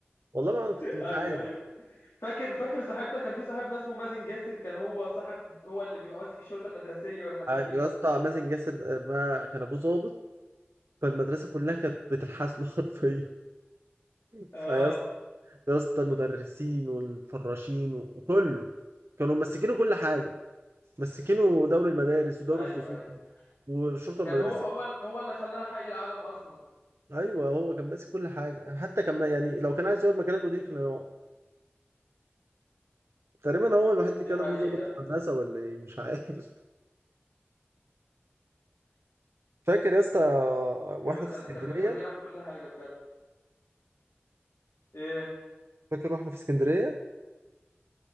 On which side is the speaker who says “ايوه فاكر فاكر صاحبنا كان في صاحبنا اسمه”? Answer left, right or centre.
Left